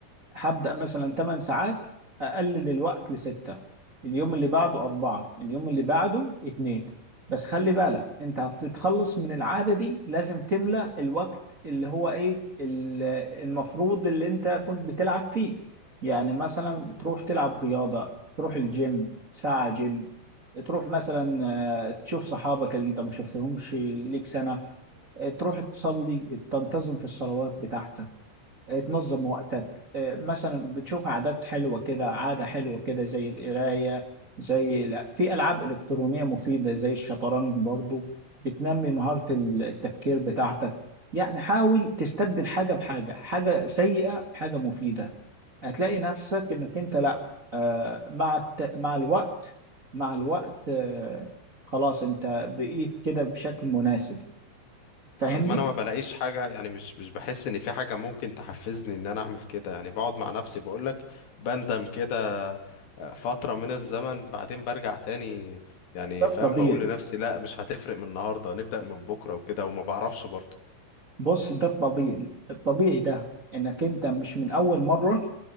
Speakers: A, on the right (about 30°); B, on the left (about 70°).
A: هبدأ مثلا 8 ساعات أقلل الوقت لستة اليوم اللي بعده أربعة اليوم اللي بعده اتنين بس خلي بالك أنت هتتخلص من العادة دي لازم تملأ الوقت اللي هو إيه ال- المفروض اللي أنت كنت بتلعب فيه يعني مثلا تروح تلعب رياضة تروح الجيم ساعة جيم تروح مثلا آه، تشوف صحابك اللي أنت ما شفتهمش ليك سنة تروح تصلي تنتظم في الصلوات بتاعتك تنظم وقتك آه، مثلا بتشوف عادات حلوة كده عادة حلوة كده زي القراية زي لا في ألعاب إلكترونية مفيدة زي الشطرنج برضو بتنمي مهارة ال- التفكير بتاعتك يعني حاول تستبدل حاجة بحاجة حاجة سيئة بحاجة مفيدة هتلاقي نفسك إنك أنت لا آه، مع الت... مع الوقت مع الوقت آه، خلاص أنت بقيت كده بشكل مناسب فاهمني؟
B: طب ما انا ما بلاقيش حاجة يعني مش مش بحس ان في حاجة ممكن تحفزني ان انا اعمل كده يعني بقعد مع نفسي بقولك بندم كده فترة من الزمن بعدين برجع تاني يعني
A: ده
B: فاهم
A: طبيعي
B: بقول لنفسي لا مش هتفرق من النهاردة نبدأ من بكرة وكده وما بعرفش برضه
A: بص ده الطبيعي الطبيعي ده انك انت مش من اول مرة